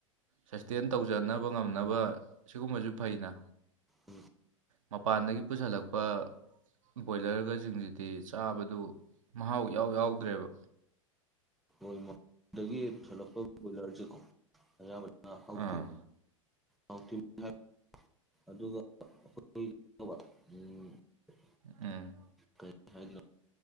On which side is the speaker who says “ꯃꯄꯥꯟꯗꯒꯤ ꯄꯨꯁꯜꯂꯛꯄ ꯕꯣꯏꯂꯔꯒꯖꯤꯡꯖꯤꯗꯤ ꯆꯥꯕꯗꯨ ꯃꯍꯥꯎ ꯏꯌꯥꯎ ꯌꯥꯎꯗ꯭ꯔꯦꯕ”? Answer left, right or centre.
Right